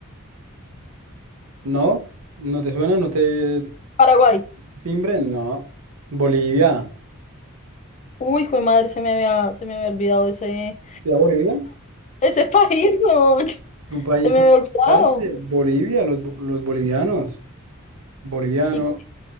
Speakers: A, on the right; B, on the left.
A: ¿no? ¿No te suena? ¿No te...?
B: Paraguay.
A: Timbre, no. Bolivia.
B: Uy, hijo de madre, se me había, se me había olvidado ese,
A: ¿Está Bolivia?
B: ese <laughs> país, weón.
A: Es un país
B: Se me
A: importante.
B: había olvidado.
A: Bolivia, los, bo- los bolivianos. Boliviano,
B: ¿Y cu-